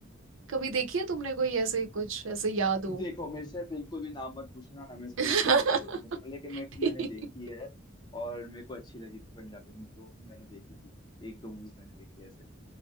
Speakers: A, on the right; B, on the left.
A: कभी देखी है तुमने कोई ऐसे कुछ ऐसे याद हो
B: देखो मेरे से बिल्कुल भी नाम मत पूछना ना मेरे से
A: <laughs>
B: कोई इसमें स्टोरी पूछना लेकिन मेरे को
A: ठीक
B: मैंने देखी है और मेरे को अच्छी लगी थी पंजाबी मूवी वो तो मैंने देखी थी एक दो मूवीज मैंने देखी है ऐसे